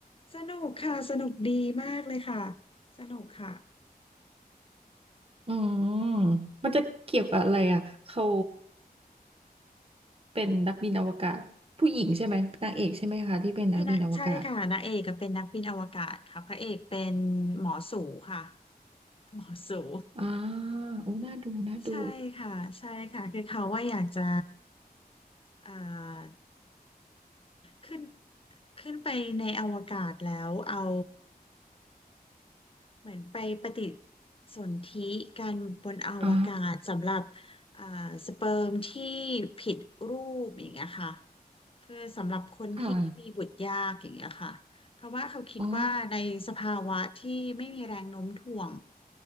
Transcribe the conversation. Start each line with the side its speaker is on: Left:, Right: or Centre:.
Left: สนุกค่ะสนุกดีมากเลยค่ะสนุกค่ะ
Right: อืมมันจะเกี่ยวกับอะไรอ่ะเขาเป็นนักบินอวกาศผู้หญิงใช่ไหมนางเอกใช่ไหมคะที่เป็นนักบินอวกาศ
Left: เป็นนักใช่ค่ะนางเอกก็เป็นนักบินอวกาศค่ะพระเอกเป็นหมอสูค่ะหมอสู
Right: อ่าโอ้น่าดูน่าดู
Left: ใช่ค่ะใช่ค่ะคือเขาว่าอยากจะเอ่อขึ้นขึ้นไปในอวกาศแล้วเอาเหมือนไปปฏิสนธิกันบนอวกาศสำหรับ
Right: อ่า
Left: เอ่อสเปิร์มที่ผิดรูปอย่างเงี้ยค่ะ เพื่อสำหรับคนที่มีบุตรยากอย่างเงี้ยค่ะเพราะว่าเขาคิดว่าในสภาวะที่ไม่มีแรงโน้มถ่วง
Right: ค่ะ อ๋อ